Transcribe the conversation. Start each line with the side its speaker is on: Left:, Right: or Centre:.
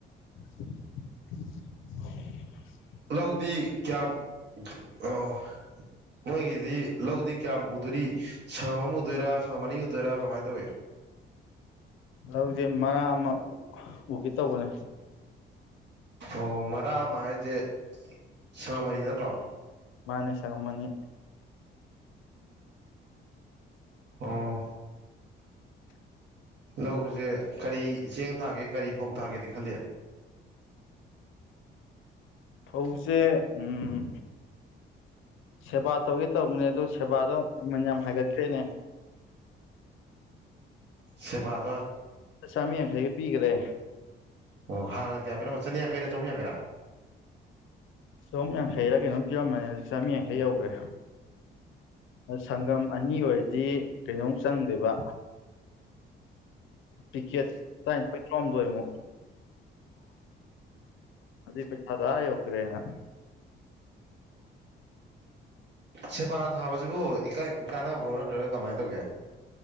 Left: ꯐ <unintelligible>
Right: ꯂꯧꯗꯤ ꯀꯌꯥꯝ ꯑꯣ
Left: <inaudible>
Right: ꯅꯣꯏꯒꯤꯗꯤ ꯂꯧꯗꯤ ꯀꯌꯥꯝ ꯎꯗꯣꯔꯤ ꯁꯪꯒꯝ ꯑꯃ ꯎꯗꯣꯏꯔ ꯁꯪꯒꯝ ꯑꯅꯤ ꯎꯗꯣꯏꯔ ꯀꯃꯥꯏꯅ ꯇꯧꯏ
Left: ꯂꯧꯁꯦ ꯃꯔꯥꯛ ꯑꯃ ꯎꯒꯦ ꯇꯧꯕꯅꯦ
Right: ꯑꯣ ꯃꯔꯥꯛ ꯑꯃ ꯍꯥꯏꯁꯦ ꯁꯪꯒꯝ ꯑꯅꯤ ꯅꯠꯇ꯭ꯔꯣ
Left: ꯃꯥꯅꯦ ꯁꯡꯒꯝ ꯑꯅꯤ
Right: ꯑꯣ
Left: <unintelligible>
Right: ꯂꯧꯁꯦ ꯀꯔꯤ ꯆꯦꯡ ꯊꯥꯒꯦ ꯀꯔꯤ ꯐꯧ ꯊꯥꯒꯦꯗꯤ ꯈꯜꯂꯤ
Left: ꯐꯧꯁꯦ ꯎꯝ ꯁꯦꯕꯥ ꯇꯧꯒꯦ ꯇꯧꯕꯅꯦ ꯑꯗꯨ ꯁꯦꯕꯥꯗꯣ ꯃꯃꯟ ꯌꯥꯝ ꯍꯥꯏꯒꯠꯈ꯭ꯔꯦꯅꯦ
Right: ꯁꯕꯥꯗꯣ
Left: ꯆꯃꯤ ꯌꯥꯡꯈꯩꯒ ꯄꯤꯈ꯭ꯔꯦ
Right: ꯑꯣ ꯍꯥꯟꯅ ꯀꯌꯥ ꯄꯤꯔꯝꯝꯕ ꯆꯅꯤꯌꯥꯡꯈꯩꯔꯥ ꯆꯍꯨꯝ ꯌꯥꯡꯈꯩꯔꯥ
Left: ꯆꯣꯨꯝ ꯌꯥꯡꯈꯩꯔ ꯀꯩꯅꯣꯝ ꯄꯤꯔꯝꯃꯅꯤ ꯍꯧꯖꯤꯛ ꯆꯥꯝꯃ ꯌꯥꯡꯈꯩ ꯌꯧꯈ꯭ꯔꯦ ꯁꯪꯒꯝ ꯑꯅꯤ ꯑꯣꯏꯔꯗꯤ ꯀꯩꯅꯣꯝ ꯆꯪꯗꯦꯕ ꯄꯤꯛꯀꯦꯠ ꯇꯔꯥꯅꯤꯊꯣꯏ ꯇꯔꯣꯍꯝꯗꯣꯏꯃꯨꯛ ꯑꯗꯨꯏ ꯄꯩꯁꯥ ꯌꯧꯈ꯭ꯔꯦꯅ
Right: ꯁꯦꯕꯥ ꯊꯥꯕꯁꯤꯕꯨ ꯀꯥꯟꯅꯕ꯭ꯔꯣ ꯅꯠꯇ꯭ꯔꯒ ꯀꯃꯥꯏꯅ ꯇꯧꯒꯦ